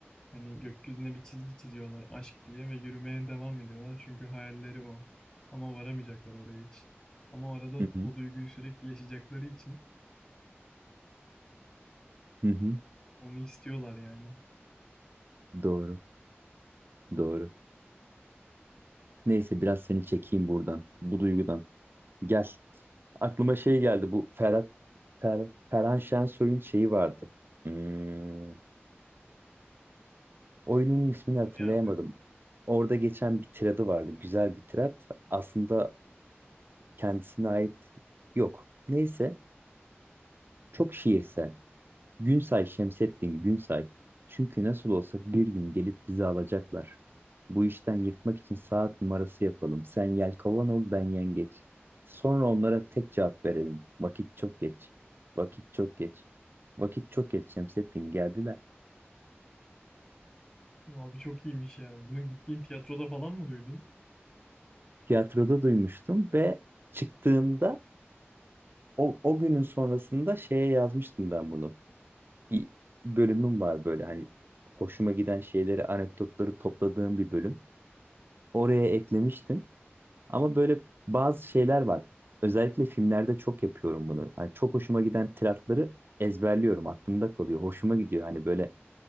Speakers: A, on the left; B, on the right.
A: Hani gökyüzüne bir çizgi çiziyorlar aşk diye ve yürümeye devam ediyorlar çünkü hayalleri o. Ama varamayacaklar oraya hiç. Ama arada
B: Hı hı,
A: o duyguyu sürekli yaşayacakları için
B: hı hı.
A: onu istiyorlar yani.
B: Doğru, doğru. Neyse biraz seni çekeyim buradan, bu duygudan. Gel. Aklıma şey geldi, bu Ferhat, Fer, Ferhan Şensoy'un şeyi vardı. Hmm, oyunun ismini hatırlayamadım.
A: Ne abi?
B: Orada geçen bir tiradı vardı, güzel bir tirat. Aslında kendisine ait yok. Neyse, çok şiirsel. Günsay Şemsettin Günsay. Çünkü nasıl olsa bir gün gelip bizi alacaklar. Bu işten yırtmak için saat numarası yapalım. Sen yelkovan ol, ben yengeç. Sonra onlara tek cevap verelim. Vakit çok geç. Vakit çok geç. Vakit çok geç Şemsettin geldiler.
A: Abi çok iyiymiş ya. Bunu gittiğin tiyatroda falan mı duydun?
B: Tiyatroda duymuştum ve çıktığımda o, o günün sonrasında şeye yazmıştım ben bunu. Bir bölümüm var böyle hani hoşuma giden şeyleri, anekdotları topladığım bir bölüm. Oraya eklemiştim. Ama böyle bazı şeyler var. Özellikle filmlerde çok yapıyorum bunu. Hani çok hoşuma giden tiratları ezberliyorum. Aklımda kalıyor. Hoşuma gidiyor. Hani böyle